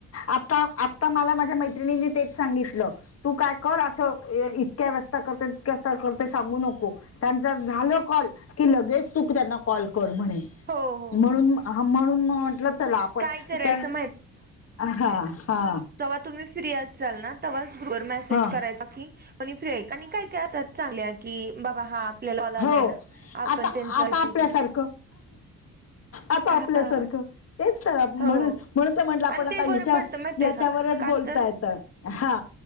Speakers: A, on the left; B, on the right.
A: आत्ता आत्ता मला माझ्या मैत्रिणीनी तेच सांगितलं. तू काय कर असं इतक्या वाजता करते तितक्या वाजता करते सांगू नको. त्यांचा झालं कॉल की लगेच तूक त्यांना कॉल कर म्हणे
B: हो हो
A: म्हणून म हा म्हणून म्हंटलं चला पण
B: काय करायचं
A: त्या हा हा
B: जवा तुम्ही फ्री असचाल ना तव्हाच ग्रुपवर मेसेज
A: हा
B: करायचा की आणि फ्री हाय आणि काय काय असत्यात चांगल्या की बाबा हा आपल्याला कॉल आलाय
A: हो
B: ना आपण
A: आता
B: त्यांचा
A: आता
B: रिसीव्ह
A: आपल्यासारखं
B: करू
A: आता
B: हा
A: आपल्यासारखं तेच तर म्हणून
B: हो
A: म्हणून तर म्हटलं आपण
B: आणि
A: आता
B: तेच बरं
A: ह्याच्या
B: पडतं
A: ह्याच्या
B: माहितय का
A: वरच
B: का
A: बोलता
B: तर
A: येतं हा